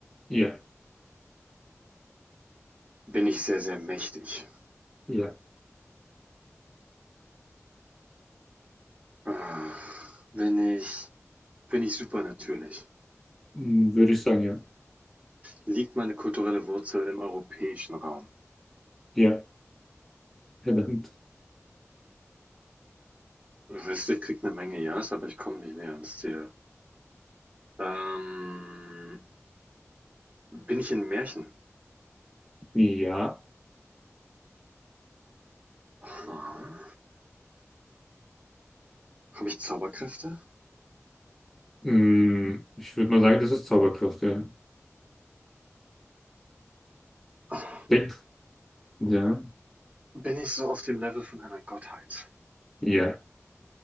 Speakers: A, in the centre; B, on the right.
A: Ja,
B: Bin ich sehr, sehr mächtig?
A: ja.
B: Ah, Bin ich Bin ich super natürlich?
A: Hm, Würde ich sagen, ja.
B: Liegt meine kulturelle Wurzel im europäischen Raum?
A: Ja, verdammt.
B: Wüsste kriegt eine Menge Ja's, aber ich komme nicht näher ans Ziel. Ähm, bin ich in Märchen?
A: Ja.
B: Aha. Habe ich Zauberkräfte?
A: Hm, Ich würde mal sagen, das ist Zauberkraft, ja.
B: Ach,
A: Denk. Ja,
B: Bin ich so auf dem Level von einer Gottheit?
A: ja,